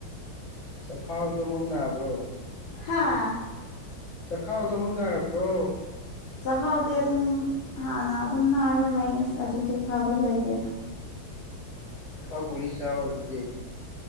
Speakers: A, on the left; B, on the left.
A: ꯆꯈꯥꯎꯗꯣ ꯑꯃꯨꯛ ꯅꯥꯕ꯭ꯔꯣ
B: ꯍꯥꯥ
A: ꯆꯈꯥꯎꯗꯣ ꯑꯃꯨꯛ ꯅꯥꯏꯔꯛꯄ꯭ꯔꯣ
B: ꯆꯥꯛꯍꯥꯎꯗꯤ ꯑꯗꯨꯝ ꯍꯥꯟꯅ ꯑꯗꯨꯝ ꯅꯥꯔꯒ ꯂꯩꯌꯦ ꯑꯗꯨꯗꯤ ꯐꯕ ꯂꯩꯇꯦꯗ <inaudible>
A: ꯆꯐꯥꯎ ꯆꯑꯣ ꯑꯗꯨꯗꯤ